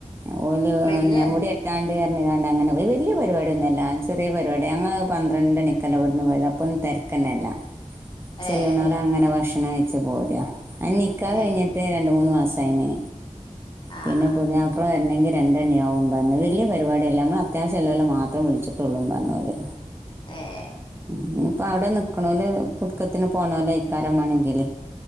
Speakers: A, on the right; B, on the left.
A: എ ഓല്
B: വല്യ
A: അന്നെ മുടി കെട്ടാൻ ണ്ട്കാരനെ വേണ്ടാ അങ്ങനെ പോയി വലിയ പരിപാടി ഒന്നും അല്ല ചെറിയ പരിപാടി ഞങ്ങള് പന്ത്രണ്ട് ണിക്കലാ ഇവിടുന്ന് പോയത് അപ്പം തെരക്ക്ന്നെ എല്ലാം
B: ഏഹ്
A: ചെല്ലണവര അങ്ങന ഭക്ഷണം വെച്ച് പോരാ അ നിക്കാഹ്
B: ഏഹ്
A: കഴിഞ്ഞിട്ട് രണ്ട് മൂന്ന് മാസ് തന്നെ
B: ആഹ്
A: പിന്നെ പുതിയാപ്പ് വരണമെങ്കിൽ രണ്ടെണ്ണിയാവവും പറഞ്ഞു വലിയ പരിപാടിയല്ല നമ്മള് അത്യാവശ്യംല്ലലെ മാത്രം വിളിച്ചിട്ടുള്ളൂ പറഞ്ഞല്
B: ഏഹ്
A: <unintelligible> അപ്പ അവിടെ നിൽക്കണല് പുതുക്കത്തിൽ പോണോരെ ഇക്കാരം മാേണെങ്കില്